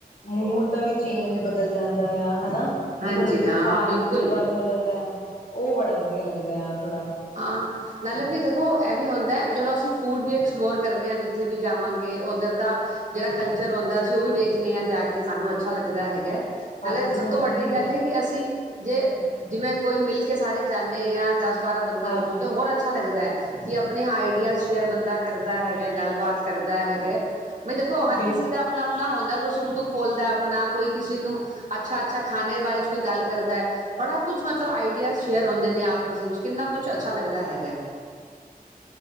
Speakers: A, on the left; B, on the right.
A: ਮੂਡ ਦਾ ਵੀ ਚੇਂਜ ਬਦਲ ਜਾਂਦਾ ਆ ਹਨਾ ਜਿਵੇਂ
B: ਹਾਂਜੀ
A: ਥੋੜੇ ਜਿਹੇ
B: ਹਾਂ
A: ਫਾਸਟ
B: ਬਿਲਕੁਲ
A: ਫੂਡ ਵੱਲ ਹੋ ਜਾਂਦਾ ਆ ਉਹ ਬੜਾ ਵਧੀਆ ਲੱਗਦਾ ਆ ਥੋੜ੍ਹਾ
B: ਹਾਂ ਨਾਲੇ ਵੀ ਦੇਖੋ ਇਹ ਵੀ ਹੁੰਦਾ ਚਲੋ ਅਸੀਂ ਫੂਡ ਵੀ ਐਕਸਪਲੋਰ ਕਰੇ ਆ ਜ ਉੱਥੇ ਵੀ ਜਾਵਾਂਗੇ ਉੱਧਰ ਦਾ ਜਿਹੜਾ ਕਲਚਰ ਹੁੰਦਾਸੀਂ ਉਹ ਵੀ ਵੇਖਦੇ ਹਾਂ ਜਾ ਕੇ ਕਿ ਸਾਨੂੰ ਅੱਛਾ ਲੱਗਦਾ ਹੈਗਾ
A: ਹਾਂਜੀ
B: ਨਾਲਬ
A: ਹਾਂਜੀ
B: ਵੱਡੀ ਗੱਲ ਹੈ ਕਿ ਅਸੀਂ ਜੇ ਜਿਵੇਂ ਕੋਈ ਮਿਲ ਕੇ ਸਾਰੇ ਜਾਂਦੇ ਹਾਂ ਦਸ ਬਾਰਾਂ ਬੰਦੇ
A: ਹਾਂਜੀ
B: ਹੋ ਜਾਓ ਤੇ ਹੋਰ ਅੱਛਾ ਲੱਗਦਾ ਹੈ ਕਿ ਆਪਣੇ ਆਈਡੀਆ ਸ਼ੇਅਰ ਬੰਦਾ ਕਰਦਾ ਹੈਗਾ ਗੱਲਬਾਤ ਕਰ ਕਰਦਾ ਹੈਗਾ ਵੀ ਦੇਖੋ ਹਰ
A: ਬਿਲਕੁਲ
B: ਕਿਸੇ ਦਾ ਆਪਣਾ ਆਪਣਾ ਹੁੰਦਾ ਕੋਈ ਸੁੱਖ ਦੁੱਖ ਫੋਲਦਾ ਆਪਣਾ ਕੋਈ ਕਿਸੇ ਨੂੰ ਅੱਛਾ ਅੱਛਾ ਖਾਣੇ ਦੇ ਬਾਰੇ ਚ ਕੋਈ ਗੱਲ ਕਰਦਾ ਹੈ ਬੜਾ ਕੁਛ ਮਤਲਬ ਆਈਡੀਆਜ਼ ਸ਼ੇਅਰ ਹੁੰਦੇ ਨੇ ਆਪਸ ਵਿੱਚ ਕਿੰਨਾ ਕੁਛ ਅੱਛਾ ਲੱਗਦਾ ਹੈਗਾ